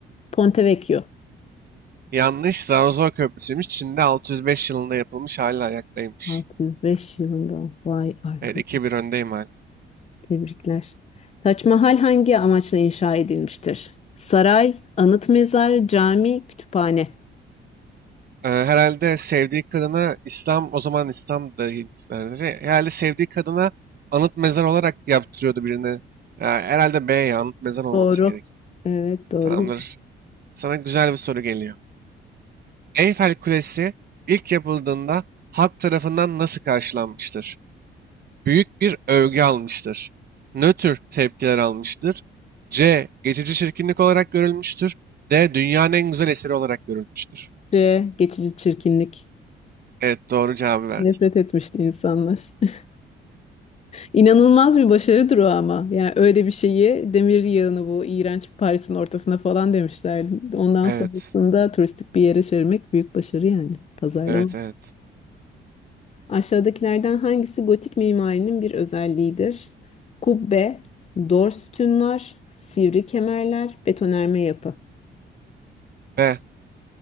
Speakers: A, on the left; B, on the right.
A: Ponte Vecchio.
B: Yanlış, Zazo Köprüsü'ymüş. Çin'de 605 yılında yapılmış, hala ayaktaymış.
A: 605 yılında. Vay arkadaş.
B: Evet iki bir öndeyim hala.
A: Tebrikler. Taç Mahal hangi amaçla inşa edilmiştir? Saray, anıt mezar, cami, kütüphane.
B: Ee, herhalde sevdiği kadına İslam o zaman İslam da Hintlerce herhalde sevdiği kadına anıt mezar olarak yaptırıyordu birini. Ya, herhalde B ya anıt mezar olması
A: Doğru.
B: gerek.
A: Evet doğru.
B: Tamamdır. Sana güzel bir soru geliyor. Eyfel Kulesi ilk yapıldığında halk tarafından nasıl karşılanmıştır? Büyük bir övgü almıştır. Nötr tepkiler almıştır. C. Geçici çirkinlik olarak görülmüştür. D. Dünyanın en güzel eseri olarak görülmüştür.
A: C. Geçici çirkinlik.
B: Evet doğru cevabı verdin.
A: Nefret etmişti insanlar. <laughs> İnanılmaz bir başarıdır o ama. Yani öyle bir şeyi demir yığını bu iğrenç Paris'in ortasına falan demişler. Ondan
B: Evet.
A: sonrasında turistik bir yere çevirmek büyük başarı yani. Pazarlama.
B: Evet evet.
A: Aşağıdakilerden hangisi gotik mimarinin bir özelliğidir? Kubbe, dor sütunlar, sivri kemerler, betonerme yapı.
B: Ve